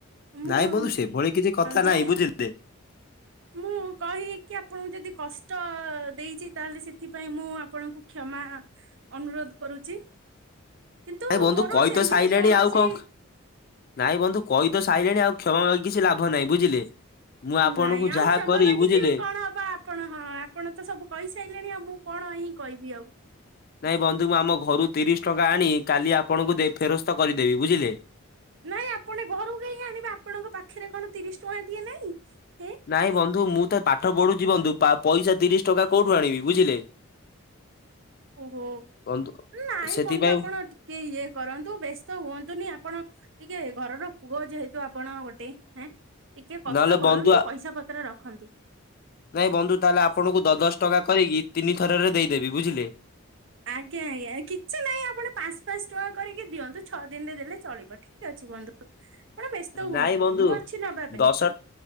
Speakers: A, on the right (about 60°); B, on the left (about 45°).
A: ମୁଁ
B: ନାଇଁ ମଧୁ ସେ ଭଳି କିଛି କଥା
A: ଯେ
B: ନାଇଁ ବୁଝିଲେ
A: ମୁଁ କହିକି ଆପଣଙ୍କୁ ଯଦି କଷ୍ଟ ଦେଇଛି ତାହେଲେ ସେଥିପାଇଁ ମୁଁ ଆପଣଙ୍କୁ କ୍ଷମା ଅନୁରୋଧ କରୁଛି କିନ୍ତୁ
B: ନାଇଁ ବନ୍ଧୁ
A: ମୋର
B: କହି
A: ସେମିତି
B: ତ ସାଇଲେଣି
A: କୌଣସି
B: ଆଉ କଣ ନାଇଁ ବନ୍ଧୁ କହି ତ ସାଇଲେଣି ଆଉ କ୍ଷମା ଲାଗ କିଛି ଲାଭ ନାହିଁ ବୁଝିଲେ? ମୁଁ ଆପଣଙ୍କୁ
A: ନାଇଁ ଆଉ
B: ଯାହା
A: କ୍ଷମା
B: କରିବି
A: ମାଗିକି
B: ବୁଝିଲେ।
A: ବି କଣ ହବ ଆପଣ ହଁ ଆପଣ ତ ସବୁ କହିସାରିଲେଣି ଆଉ ମୁଁ କଣ ହିଁ କହିବି ଆଉ
B: ନାଇଁ ବନ୍ଧୁ ମୁ ଆମ ଘରୁ ତିରିଶ ଟଙ୍କା ଆଣି କାଲି ଆପଣଙ୍କୁ ଫେରସ୍ତ କରିଦେବି ବୁଝିଲେ
A: ନାଇଁ ଆପଣ ଘରୁ କାହିଁ ଆଣିବେ ଆପଣଙ୍କ ପାଖରେ କଣ ତିରିଶ ଟଙ୍କା ଟିଏ ନାଇଁ ହେ?
B: ନାଇଁ ବନ୍ଧୁ ମୁଁ ତ ପାଠ ପଢୁଛିି ବନ୍ଧୁ ପଇସା ତିରିଶ ଟଙ୍କା କୋଉଠୁ ଆଣିବି ବୁଝିଲେ?
A: ଓହୋ
B: ବନ୍ଧୁ
A: ନାଇଁ
B: ସେଥିପାଇଁ
A: ବନ୍ଧୁ ଆପଣ ଟେ ଇଏ କରନ୍ତୁ ବ୍ୟସ୍ତ ହୁଅନ୍ତୁନି ଆପଣ ଟିକେ ଘରର ପୁଅ ଯେହେତୁ ଆପଣ ଗୋଟେ ହେଁ ଟିକେ କଷ୍ଟ
B: ନହେଲେ
A: କରନ୍ତୁ
B: ବନ୍ଧୁ ଆ
A: ପଇସା ପତ୍ର ରଖନ୍ତୁ।
B: ନାଇଁ ବନ୍ଧୁ ତାହେଲେ ଆପଣଙ୍କୁ ଦଶ ଦଶ ଟଙ୍କା କରିକି ତିନି ଥରରେ ଦେଇଦେବି ବୁଝିଲେ?
A: ଆଜ୍ଞା ଆଜ୍ଞା କିଛି ନାହିଁ ଆପଣ ପାଞ୍ଚ ପାଞ୍ଚ ଟଙ୍କା କରିକି ଦିଅନ୍ତୁ ଛଅ ଦିନରେ ଦେଲେ ଚଳିବ ଠିକ ଠିକ ଅଛି ବନ୍ଧୁ ଆପଣ ବ୍ୟସ୍ତ ହୁଅନ୍ତୁନି
B: ନାଇଁ ବନ୍ଧୁ
A: ମୁଁ ଅଛି ନବା ପାଇଁ
B: ଦଶ